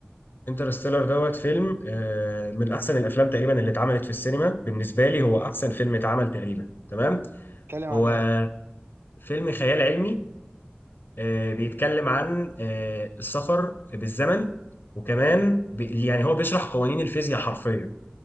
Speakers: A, on the left; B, on the right.
A: انترستيلر دوت فيلم آه، من احسن الافلام تقريبا اللي اتعملت في السينما بالنسبه لي هو احسن فيلم اتعمل تقريبا تمام
B: اتكلم عن
A: هو
B: ايه
A: فيلم خيال علمي آه، بيتكلم عن آه، السفر بالزمن وكمان بي- يعني هو بيشرح قوانين الفيزياء حرفيا